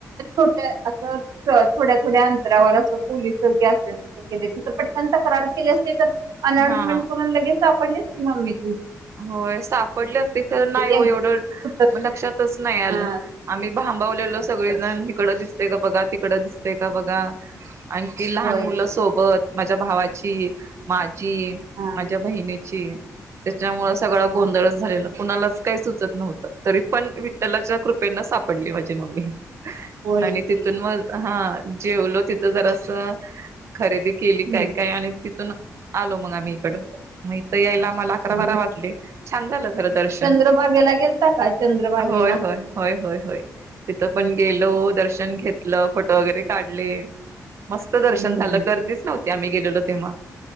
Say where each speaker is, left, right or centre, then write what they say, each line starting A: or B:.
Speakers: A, on the right (about 75°); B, on the right (about 50°).
A: ोट अस थोड्या थोड्या अंतरावर असं पोलीसोग्य असल्या के तिथं पटकनता करार केले असे तर अनान्समेंट
B: हा हा
A: कोण लगेल सापडले किमा मळ
B: होय सापडली असते खरं नाही हो
A: एक
B: एवढं
A: सुत्र-
B: लक्षातच नाही आलं
A: हा,
B: आम्ही भांबवलेलो सगळेजण
A: सुत्र-
B: इकड दिसते का बघा तिकडं, दिसते का बघा. आण ती लहान
A: होय
B: मुलंसोबत
A: की.
B: माझ्या भावाची, माझी,
A: हा,
B: माझ्या बहिणीची त्यामुळ सगळां
A: हा.
B: गोंधळच झालेला कुणालाच काही सुचत नव्हतं. तरी पण विठ्ठलाच्या कृपेन सापडली माझी मम्मी.
A: होय
B: आणि
A: की.
B: तिथून म हा जेवलो तिथं जरासं खरेदी केली
A: हम्म.
B: काय काय आणि तिथून आलो मग आम्ही इकडं. म इथ यायला आम्हाला अकरा
A: हम्म.
B: बारा वाजले. छान झालं. खर दर्शन.
A: चंद्रभागेला गेलता का चंद्रभागेला
B: होय होय होय होय होय, तिथ
A: हम्म.
B: पण गेलो दर्शन घेत लं फोटो वगैरे काढले. मस्त दर्शन
A: हम्म.
B: झालं गर्दीच नव्हतं ते आम्ही गेलेलो तेव्हा.